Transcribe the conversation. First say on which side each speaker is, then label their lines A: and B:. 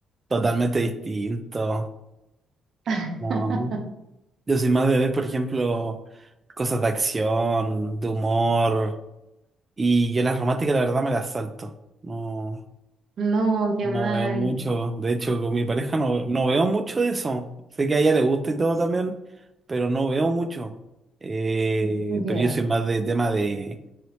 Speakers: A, on the right; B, on the right.
A: totalmente distinto.
B: <laughs>
A: No. Yo soy más de ver, por ejemplo, cosas de acción, de humor, y yo las románticas la verdad me las salto. No,
B: No, qué
A: no
B: mal.
A: veo mucho, de hecho con mi pareja no, no veo mucho de eso. Sé que a ella le gusta y todo también, pero no veo mucho. Eh,
B: Ya,
A: pero yo soy más de tema de,